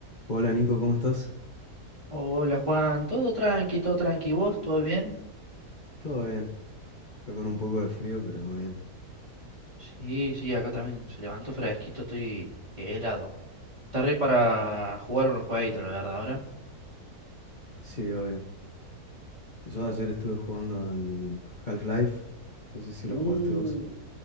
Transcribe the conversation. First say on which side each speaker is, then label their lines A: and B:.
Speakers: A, on the left (about 35°); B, on the right (about 25°).
A: Hola Nico, ¿cómo estás?
B: Hola Juan, todo tranqui, todo tranqui, ¿vos? ¿Todo bien?
A: Todo bien, acá con un poco de frío, pero bien.
B: Sí, sí, acá también se levantó fresquito, estoy helado. Está re para jugar unos jueguitos, la verdad, ahora.
A: Sí, obvio. Yo
B: Sí,
A: ayer estuve jugando al Half-Life, no sé si
B: Uh.
A: lo jugaste vos.